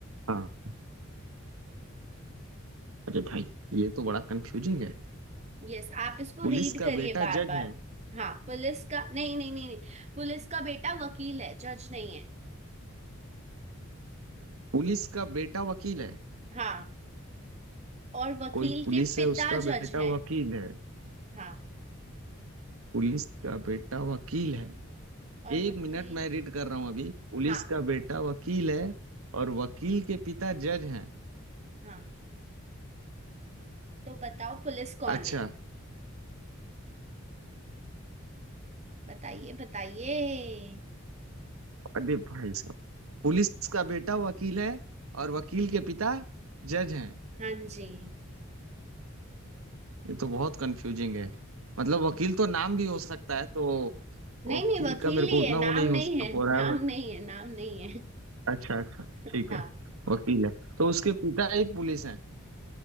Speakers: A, on the right; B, on the right.
A: हाँ अरे भाई ये तो बड़ा कंफ्यूजिंग है
B: यस आप इसको
A: पुलिस
B: रीड
A: का
B: करिए
A: बेटा
B: बार
A: जज
B: बार
A: है
B: हाँ पुलिस का नहीं नहीं नहीं नहीं पुलिस का बेटा वकील है जज नहीं है
A: पुलिस का बेटा वकील है
B: हाँ और वकील
A: कोई पुलिस
B: के पिता
A: है उसका
B: जज
A: बेटा
B: हैं
A: वकील है
B: हाँ
A: पुलिस का बेटा वकील है
B: और
A: एक
B: वकील
A: मिनट मैं रीड कर रहा हूँ अभी पुलिस
B: हाँ
A: का बेटा वकील है और वकील के पिता जज हैं
B: हाँ तो बताओ पुलिस कौन
A: अच्छा
B: है बताइए बताइए
A: अरे भाई साहब पुलिस का बेटा वकील है और वकील के पिता जज हैं
B: हाँ जी
A: ये तो बहुत कंफ्यूजिंग है मतलब वकील तो नाम भी हो सकता है तो
B: नहीं
A: वकील
B: नहीं वकील
A: का मेरे को
B: ही
A: उतना
B: है नाम
A: वो नहीं
B: नहीं
A: हो, हो
B: है
A: रहा
B: नाम
A: है बट
B: नहीं है नाम नहीं है
A: अच्छा अच्छा
B: <laughs>
A: ठीक
B: हाँ
A: है वकील है तो उसके पिता ही पुलिस हैं